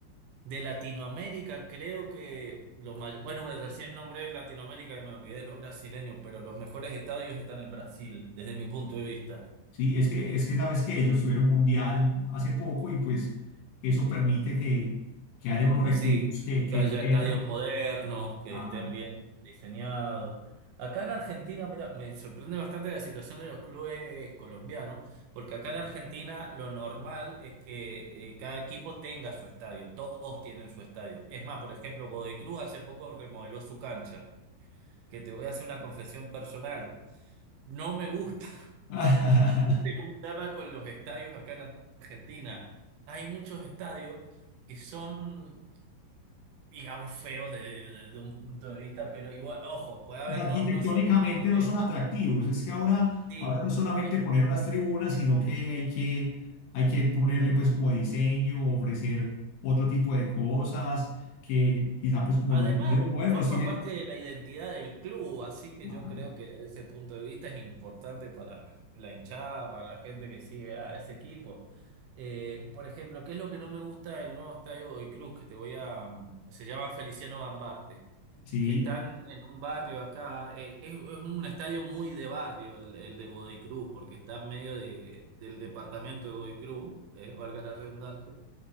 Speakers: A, on the right; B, on the left.
A: De Latinoamérica, creo que los mayores, bueno, pues recién nombré Latinoamérica y me olvidé de los brasileños, pero los mejores estadios están en Brasil, desde mi punto de vista.
B: Sí, es que, es que sabes que ellos tuvieron mundial hace poco y pues eso permite que, que haya unos recursos
A: Sí,
B: que, que
A: que haya
B: ingresan.
A: estadios modernos, que
B: Claro.
A: estén bien diseñados. Acá en Argentina, mira, me sorprende bastante la situación de los clubes colombianos, porque acá en Argentina lo normal es que eh, cada equipo tenga su estadio, todos tienen su estadio. Es más, por ejemplo, Godoy Cruz hace poco remodeló su cancha que te voy a hacer una confesión personal. No me gusta
B: <laughs>
A: <laughs> un drama con los estadios acá en Argentina. Hay muchos estadios que son, digamos, feos de, de- de un punto de vista, pero igual, ojo, puede haber,
B: Pues arquitectónicamente
A: no, no son los puntos,
B: no
A: es
B: son
A: una-
B: atractivos. Es que ahora,
A: sí.
B: ahora no es solamente
A: Eh,
B: poner unas tribunas, sino que hay que, hay que ponerle pues como diseño, ofrecer otro tipo de cosas, que quizá
A: a-
B: pues como
A: Además,
B: los estadios modernos
A: forma
B: tienen.
A: parte de la identidad del club, así que
B: Ah,
A: yo creo que desde ese punto de vista es importante para la hinchada, para la gente que sigue a ese equipo. Eh, por ejemplo, ¿qué es lo que no me gusta del nuevo estadio Godoy Cruz? Que te voy a... mm, Se llama Feliciano Gambarte.
B: sí,
A: que están en un barrio acá. eh, es, es un estadio muy de barrio el, el de Godoy Cruz, porque está en medio de- del departamento de Godoy Cruz, eh, valga la redundancia.